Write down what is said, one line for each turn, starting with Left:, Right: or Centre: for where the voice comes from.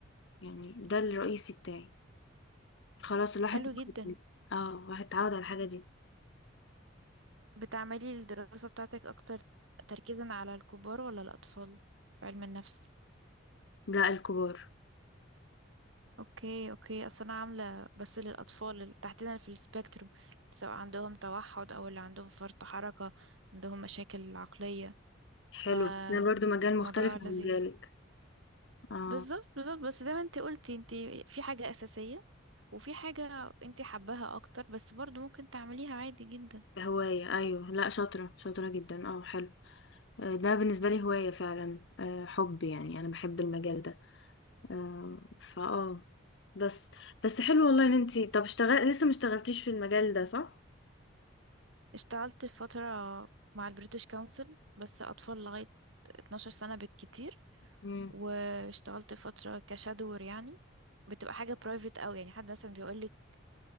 Left: يعني ده الرئيسي بتاعي خلاص الواحد
Right: حلو جدا
Left: اه الواحد اتعود على الحاجه دي
Right: بتعملي الدراسة بتاعتك أكتر تركيزا على الكبار ولا الأطفال في علم النفس
Left: لا الكبار
Right: اوكي اوكي اصل انا عامله بس للاطفال اللي تحديدا في السبيكتروم سواء عندهم توحد او اللي عندهم فرط حركه عندهم مشاكل عقليه
Left: حلو
Right: ف
Left: ده برضو مجال مختلف
Right: موضوع لذيذ
Left: عن مجالك اه
Right: بالظبط بالظبط بس زي ما انت قلتي انت في حاجه اساسيه وفي حاجه انت حباها اكتر بس برضو ممكن تعمليها عادي جدا
Left: هواية أيوة لا شاطرة شاطرة جدا اه حلو آه، ده بالنسبة لي هواية فعلا آه، حب يعني أنا بحب المجال ده آه، فاه بس بس حلو والله إن انتي طب اشتغل لسه ما اشتغلتيش في المجال ده صح؟
Right: اشتغلت فتره مع البريتش كونسل بس اطفال لغايه 12 سنه بالكتير
Left: مم.
Right: واشتغلت فترة كشادور يعني بتبقى حاجة برايفت قوي يعني حد مثلا بيقولك